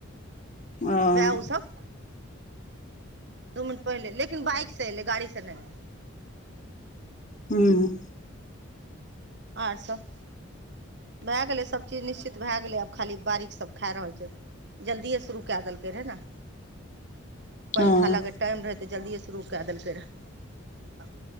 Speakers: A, on the left; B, on the right.
A: अ ह
B: वएह उसब दू मिनट पहिले लेकिन बाइक से एलै गाड़ी से नेैय एलय
A: हूँ
B: और सब भाएऽ गेलै सब चीज निश्चित भाएऽ गेलै आब खाली बारीक सब खा रहल छै़थ जल्दिए शुरू कए देलकै है न पैन
A: ह
B: थालक टाइम रहय तऽ जल्दिए शुरू कए देलकै रहए